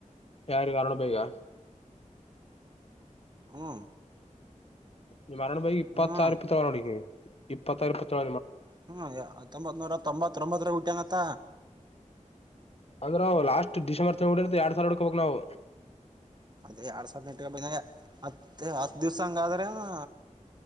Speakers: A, on the left; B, on the right.
A: ಯಾರು ಕಾರಣ ಬೈಗಾ
B: ಹ್ಮ್
A: ನಿ ಮರಣ ಬೈ ಇಪ್ಪತ್ತರ
B: ಹ್ಮ್
A: ಇಪ್ಪತ್ತೊಳ ನಡಗೆ ಇಪ್ಪತ್ತಾರರ ಇಪ್ಪತ್ತೊಳ
B: ಹ್ಮ್ ಹತ್ತೊಂಬತ್ ನೂರ ತೊಂಬತ್ತೊಂಬತ್ತರ ಹಟಂಗತ್ತ
A: ಅಂದ್ರವು ಲಾಸ್ಟ್ ಡಿಸೆಂಬರ್ ತಿಂಗ್ಳ ಹೊಡ ಎರಡ್ ಸಾವಿರ ಹಕ ಹಬೇಕಕ್ ನಾವು
B: ಅದೇ ಎರಡ್ ಸಾವಿರದ ನ ಎಂಟ ಬೆ ಹತ್ತ ಹತ್ತು ದಿವ್ಸ ಹಂಗಾದ್ರೆನು